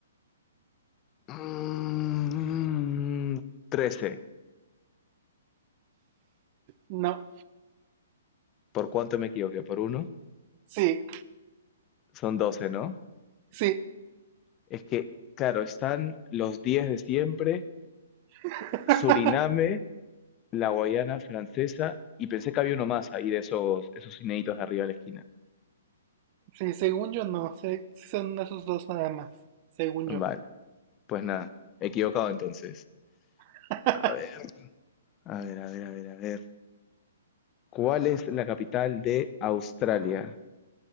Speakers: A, on the left; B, on the right.
A: Mm, 13.
B: No,
A: ¿Por cuánto me equivoqué? ¿Por uno?
B: sí,
A: Son 12, ¿no?
B: Sí.
A: Es que, claro, están los 10 de siempre,
B: <laughs>
A: Suriname, la Guayana Francesa, y pensé que había uno más ahí de esos, esos inéditos de arriba de la esquina.
B: Sí, según yo no. Sé, sí son esos dos nada más. Según
A: Vale,
B: yo.
A: pues nada, equivocado entonces.
B: <laughs>
A: A ver, a ver, a ver, a ver, a ver. ¿Cuál es la capital de Australia?